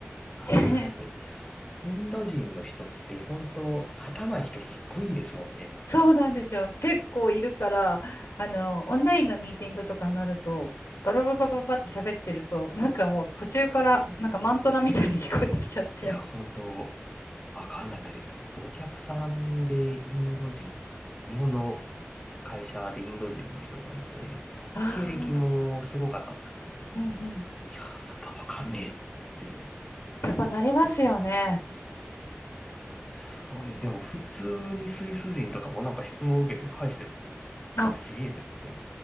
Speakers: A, on the left; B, on the left.
A: ああ、
B: <laughs>
A: でもいいです。インド人の人って本当頭いい人すっごいいいですもんね。
B: そうなんですよ。結構いるから、あの、オンラインのミーティングとかになると、ドロババババって喋ってると、なんかもう途中から、なんかマントラみたいに聞こえてきちゃって。
A: いや、本当わかんないです。本お客さんでインド人、日本の会社でインド人の人がいて、
B: あ
A: 経歴もすごかったんですけど、
B: あ、
A: いやー、
B: うんうん。
A: やっぱわかんねえっていう。
B: やっぱなりますよね。
A: すごいよ。でも普通にスイス人とかもなんか質問を受けて返してるんで、
B: あ、
A: えすげえと思って。